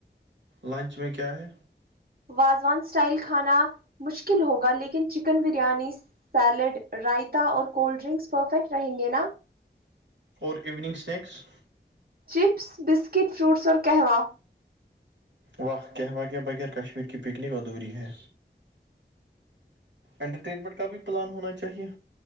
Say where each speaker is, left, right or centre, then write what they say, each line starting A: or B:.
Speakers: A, on the right (about 80°); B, on the right (about 55°).
A: لنچ میں کیا ہے
B: وازوان اسٹائل کھانا مشکل ہوگا لیکن چکن بریانی سیلڈ رائتا اور کولڈ ڈرنکس پرفیکٹ رہیں گے نا
A: اور evening snacks
B: chips biscuit fruits اور کہواں
A: واہ کہوا ہ کے بغیر کشمیر کی پکنک ادھوری ہے انٹرٹینمنٹ کا بھی پلان ہونا چاہیے